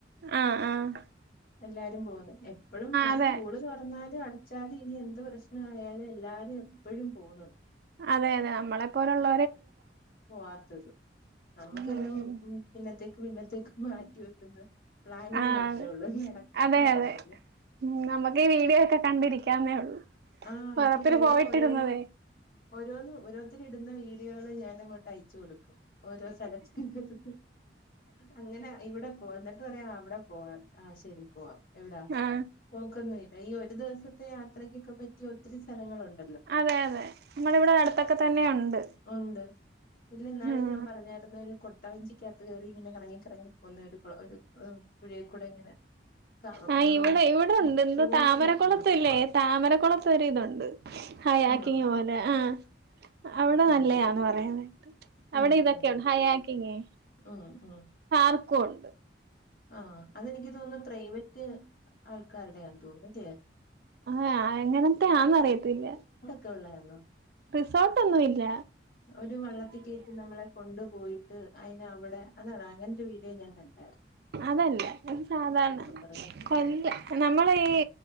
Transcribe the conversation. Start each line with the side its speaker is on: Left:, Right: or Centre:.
Right: ആ ആ
Left: എല്ലാരും പോന്ന് എപ്പളും പക്ഷെ
Right: അതെ
Left: കൂടെ ചോറ്ന്നാ ഇത് അടച്ചാല് ഇനി എന്ത് പ്രശ്ന ആയാലും എല്ലാരും എപ്പഴും പോവു ന്നുണ്ട്.
Right: അതെ അതെ നമ്മളെ പോലുള്ള
Left: പോവാത്തൊത് നമ്മുക്ക്
Right: ഉം
Left: എന്നും പിന്നത്തെ ക്ക് പിന്നെ തെക്ക് മാറ്റി വെക്കുന്ന് പ്ലാനിങ്
Right: ആ
Left: മാത്രേ
Right: അതെ
Left: ഉള്ളൂ നടപ്പിലാവുന്നില്ല
Right: അതെ അതെ ഉം നമുക്ക് ഈ വീഡിയോ ഒക്കെ കണ്ടിരിക്കാവുന്നേ ഉള്ളൂ
Left: ആ
Right: ഓരോരുത്തര്
Left: ഇപ്പ വീഡിയോ
Right: പോയിട്ടിരുന്നതേ
Left: ഓരോന്ന് ഓരോന്നും ഓരോരുത്തര് ഇടുന്ന വീഡിയോ ഞാനങ്ങോട്ട അയച്ചു കൊക്കും ഓരോ സ്ഥലത്തിന്റെത് അങ്ങനെ ഇവിടെ ഓ എന്നിട്ട് പറയാ അവിടെ പോവാൻ ആഹ് ശരി പോവാ എവിടാ
Right: ആ
Left: പോക്കൊന്നുല്ല ഈ ഒ ഒരു ദിവസത്തെ യാത്രക്കൊക്കെ പറ്റി ഒത്തിരി സ്ഥലങ്ങളുണ്ട്
Right: അതെ അതെ നമ്മള് ഇവിടെ അടുത്തൊക്കെ തന്നെ ഉണ്ട്
Left: ഉണ്ട് ഇല്ല ഇന്നാൾ
Right: ഉം
Left: ഞാൻ പറഞ്ഞായിരുന്നു കൊട്ടവഞ്ചിക്കകത്ത് കയറി ഇങ്ങനെ കറങ്ങിക്കറങ്ങി പോകുന്ന ഒരു ഒരു പുഴൽക്കൂടെ ഇങ്ങനെ ക
Right: ആ
Left: റോ
Right: ഇവിടെ ഇവിടെ ഉണ്ട് എന്ത
Left: പോന്നീലോ
Right: താമരക്കുളത്തല്ലേ
Left: അങ്ങനെ
Right: താമരക്കുളത്ത് ഒരു ഇതുണ്ട് ഹൈയാകിങ്
Left: ആന്നോ
Right: പോലെ ആഹ് അവിടെ
Left: ആഹ്
Right: നല്ലയാന്ന്‌ പറയന്നകേട്ട്
Left: ഉം
Right: അവിടെ ഇതൊക്കെയൊണ്ടോ
Left: ഉം
Right: ഹൈയാക്കിങ്ങ്
Left: ഉം ഉം
Right: ക്കും ഒണ്ട്
Left: ആഹ് അതെനിക്ക് തോന്നുന്നു പ്രൈവറ്റ് ആൾക്കാരടെയാന്ന് തോന്നുന്നു ഇല്ലയോ
Right: ആ എങ്ങനത്തെയാന്ന് അറിയത്തില്ല
Left: കൊള്ളായിരുന്നോ
Right: റിസോർട്ട് ഒന്നുമില്ല
Left: അവര് വെള്ളത്തിൽ കേറ്റി നമ്മളെ കൊണ്ടു പോയിട്ട് അതിന് അവിടെ അതാണ് അങ്ങനെ <unintelligible> <unintelligible> ഞാൻ കണ്ടാരന്ന്‌
Right: അതല്ല ഇത് സാധാരണ
Left: പറഞ്ഞിട്ട്
Right: കൊല്ലം നമ്മളെ ഈ